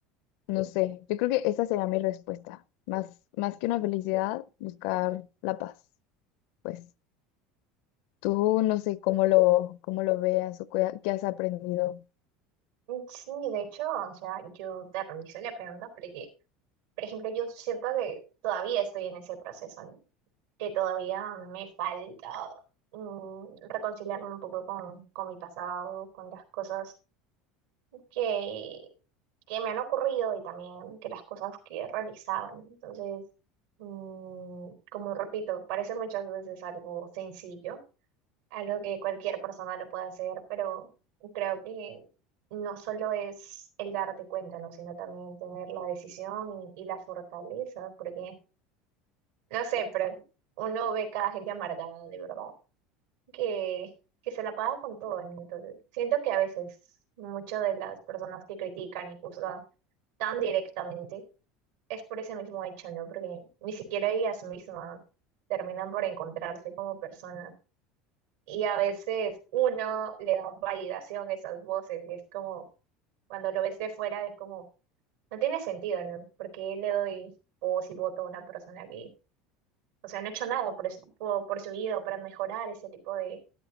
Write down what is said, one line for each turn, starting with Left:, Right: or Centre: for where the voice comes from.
Left: No sé, yo creo que esa sería mi respuesta. Más, más que una felicidad, buscar la paz. Pues tú no sé cómo lo, cómo lo veas o qué, qué has aprendido.
Right: Sí, de hecho, o sea, yo te realicé la pregunta porque, por ejemplo, yo siento que todavía estoy en ese proceso. ¿no? que todavía me falta mm, reconciliarme un poco con, con mi pasado, con las cosas que, que me han ocurrido y también que las cosas que he realizado. Entonces, mm, como repito, parece muchas veces algo sencillo, algo que cualquier persona lo puede hacer, pero creo que no solo es el darte cuenta, ¿no? sino también tener la decisión y, y la fortaleza, porque, no sé, pero uno ve cada gente amargada, de verdad. que, que se la paga con todo, ¿no? Entonces, siento que a veces muchas de las personas que critican y juzgan tan directamente es por ese mismo hecho, ¿no? Porque ni siquiera ellas mismas terminan por encontrarse como personas. Y a veces uno le da validación a esas voces y es como, cuando lo ves de fuera, es como, no tiene sentido, ¿no? Porque le doy voz y voto a una persona que, o sea, no ha hecho nada por, su- por, por su vida o para mejorar ese tipo de,